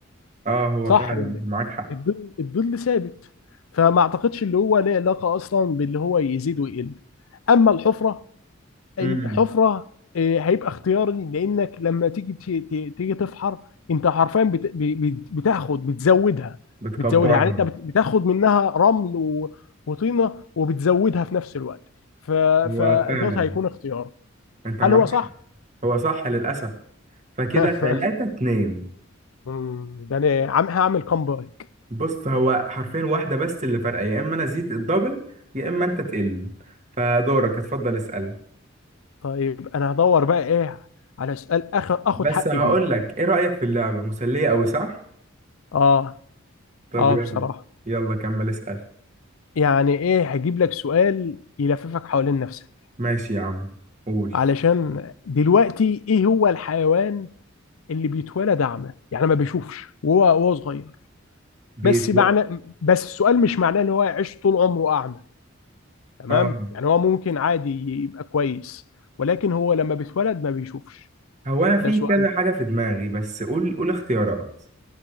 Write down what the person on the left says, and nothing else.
صح
ولا
إيه؟ الظل الظل ثابت فما اعتقدش اللي هو له علاقه اصلا باللي هو يزيد ويقل اما الحفره الحفره
آه، هيبقى اختياري لانك لما تيجي ت- ت- تيجي تفحر انت حرفيا بت- ب- ب- بتاخد بتزودها
بتزودها يعني انت بت- بتاخد منها رمل و- وطينه وبتزودها في نفس الوقت ف-
فدوت
هيكون اختيار
هل
هو صح؟
<laughs>
مم، ده انا عم هعمل كومبايك
طيب انا هدور بقى ايه على سؤال اخر اخد
حقي
بيه
اه
اه
بصراحه
يعني ايه هجيب لك سؤال يلففك حوالين نفسك
علشان دلوقتي ايه هو الحيوان اللي بيتولد اعمى يعني ما بيشوفش وهو وهو صغير
بس معنى بس السؤال مش معناه ان هو يعيش طول عمره اعمى تمام
يعني هو ممكن عادي يبقى كويس ولكن هو لما بيتولد ما بيشوفش
ده سؤال